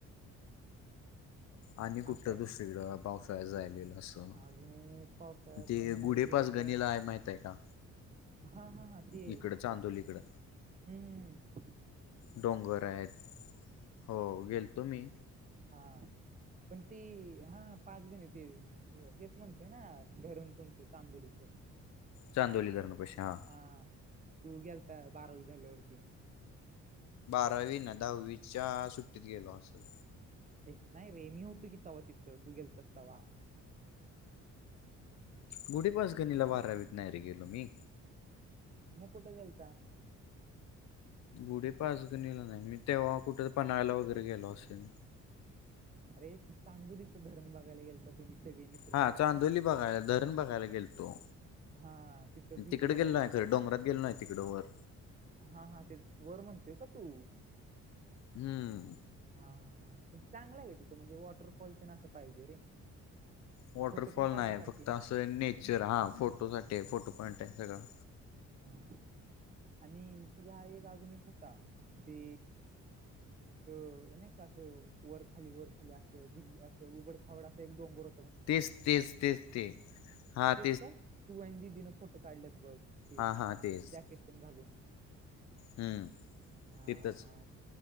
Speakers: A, on the left; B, on the right.
A: आणि कुठं
B: असं आहे
A: दुसरीकडं पावसाळ्यात जायलेलं असं
B: अजून एक पावसाळ्यातलं
A: ते
B: म्हणायला
A: गुढे
B: गेलं
A: पाचगणीला
B: तर
A: आहे माहित माहीतय का
B: हा हा हा ते
A: इकड चांदोली कड.
B: हम्म हम् हम.
A: डोंगर आहेत हो गेलतो मी.
B: हा. पण ते हा पाच गण ते हेच म्हणतय ना धरण तुमचं चांदोलीच. <inaudible>
A: चांदोली धरणपशी हां.
B: हा तू गेलता बारावी झाल्यावरती.
A: बारावी ना दहावीच्या सुट्टीत गेलो असलं.
B: ए नाही रे मी होतो कि तवा तिथं तू गेलतास तवा.
A: गुढीपाचगणीला बारावीत नाही रे गेलो मी.
B: मग कुट गेलता?
A: गुढी पाचगणीला नाही मी तेव्हा कुठ पन्हाळ्याला वगैरे गेलो असेन.
B: अरे ते चांदुरीच धरण बघायला गेल तर तुम्ही सगळे मी
A: हा चांदोली बघायला धरण बघायला गेलतो.
B: हा तिथं भिजलेला
A: तिकड गेलो नाय
B: ते
A: व्हय, डोंगरात गेलोय तिकडं वर.
B: हा हा ते वर म्हणतेय का तू?
A: हम्म.
B: हा हा हा पण चांगला आहे तिथ म्हणजे वॉटरफॉल चन असं पाहिजे रे.
A: वॉटरफॉल
B: फोटो तेन काढण्यासारखे
A: नाही. फक्त असं आहे नेचर हा फोटोसाठी आहे फोटो पॉइंट आहे सगळं
B: हा आणि तुझा हे एक आजुन एक होता ते तो नाही का असं वरखाली वरखाली असं जि असं उघड खावड असं एक डोगर
A: तेच तेच तेच ते हात
B: काय, तू आणि दीदीन फोटो काढलेत बघ ते
A: हा हा तेच
B: जॅकेट पण घालून.
A: हम्म
B: हा
A: तिथंच
B: हा